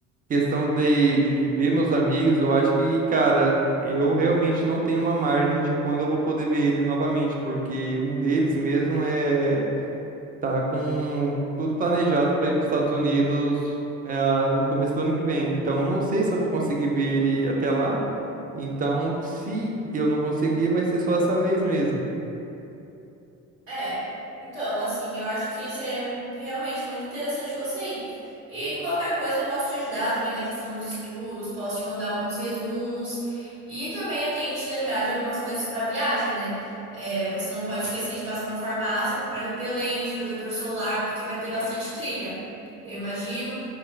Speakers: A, on the right; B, on the right.
A: questão de, de ver meus amigos, eu acho que, cara, eu realmente não tenho uma margem de quando eu vou poder ver eles novamente, porque um deles mesmo é tá com tudo planejado para ir para os Estados Unidos, ah, no começo do ano que vem. Então, eu não sei se eu vou conseguir ver ele até lá. Então, se eu não conseguir, vai ser só essa vez mesmo.
B: É, então, assim, eu acho que seria realmente muito interessante você ir. E qualquer coisa eu posso te ajudar também na questão dos estudos, posso te mandar alguns resumos. E também eu tenho que te lembrar de algumas coisas para viagem, né? É, você não pode esquecer de passar na farmácia, comprar repelente, protetor solar, porque vai ter bastante trilha, eu imagino.